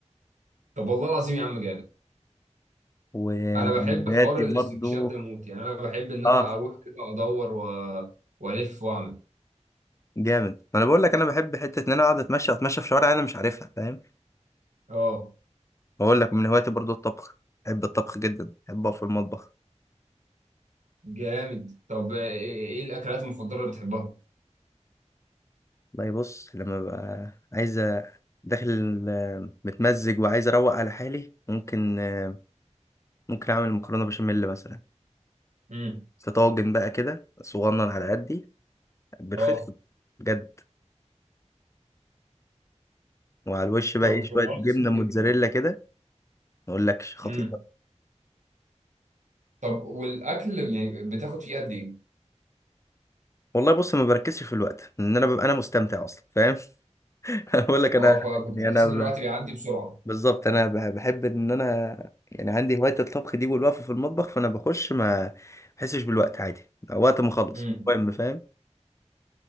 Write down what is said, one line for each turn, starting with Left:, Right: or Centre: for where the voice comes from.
Right: طب والله العظيم يا عم جامد
Left: ومن
Right: انا بحب
Left: هواياتي
Right: حوار الاستكشاف
Left: برضو
Right: ده موت يعني انا بحب ان
Left: اه
Right: انا اروح كده ادور و... والف واعمل
Left: جامد ما انا بقول لك انا بحب حتة ان انا اقعد اتمشى اتمشى في شوارع انا مش عارفها فاهم
Right: اه
Left: بقول لك من هواياتي برضو الطبخ بحب الطبخ جدا بحب اقف في المطبخ
Right: جامد طب ايه إيه الاكلات المفضلة اللي بتحبها
Left: والله بص لما ببقى عايز أ- داخل آه، متمزج وعايز اروق على حالي ممكن آه، ممكن اعمل مكرونه بشاميل مثلا
Right: امم
Left: في طاجن بقى كده صغنن على قدي بالفلفل
Right: اه
Left: بجد وعلى الوش بقى
Right: طب
Left: ايه شويه
Right: والله العظيم
Left: جبنه موتزاريلا كده ما اقولكش خطيره
Right: جامد طب والاكل يعني بتاخد فيه قد ايه؟
Left: والله بص ما بركزش في الوقت لان انا ببقى انا مستمتع اصلا فاهم <laughs> اقول لك انا
Right: اه ف-
Left: يعني
Right: فبتحس
Left: انا
Right: ان
Left: ب-
Right: الوقت بيعدي بسرعه
Left: بالظبط انا ب- بحب ان انا يعني عندي هوايه الطبخ دي والوقفه في المطبخ فانا بخش ما بحسش بالوقت عادي وقت ما اخلص
Right: امم
Left: المهم فاهم